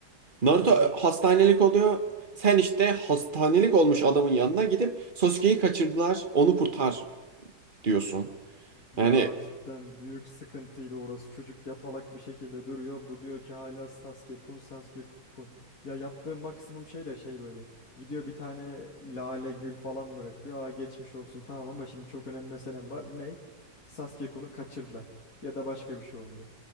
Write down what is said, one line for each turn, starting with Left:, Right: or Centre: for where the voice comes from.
Right: Naruto
Left: evet
Right: e,
Left: evet.
Right: hastanelik oluyor. Sen işte hastanelik olmuş adamın yanına gidip Sasuke'yi kaçırdılar. Onu kurtar diyorsun.
Left: Ya
Right: Yani
Left: cidden büyük sıkıntıydı orası. Çocuk yatalak bir şekilde duruyor. Bu diyor ki hala Sasuke kun Sasuke kun. Ya yaptığı maksimum şey de şey böyle. Gidiyor bir tane lale gül falan bırakıyor. Aa geçmiş olsun tamam ama şimdi çok önemli meselem var. Ney? Sasuke kun'u kaçırdılar. Ya da başka bir şey oldu.